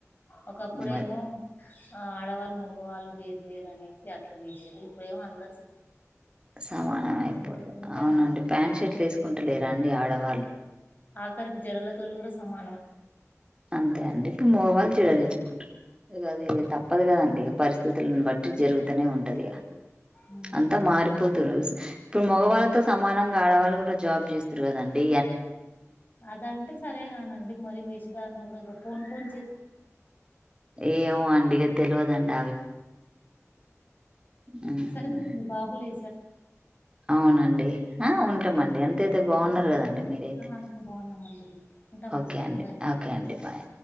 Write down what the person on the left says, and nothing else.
ఒకప్పుడేమో
ఆ ఆడవాళ్ళు మగవాళ్ళు వేరు వేరు అనేసి అట్లా చేసే ఇప్పుడేమో అందరు సమానం అయిపోారు
లేకుంటే
ఆఖరికి
జడలతో
కూడా సమానం
ఆఖరికి జడల తోటి కూడా సమానం అయిపోత
ఉమ్.
అదంటే సరేగానండి మరి వేసి <unintelligible> <unintelligible> పోన్ పోన్ చీరలు కూడా కట్టుకుంట
సరే మరి బాబు లే ఎక్కడ అన్నవ్ కదా
కదా
ఆ అంతా బాగున్నామండి ఉంటామండి
బాయ్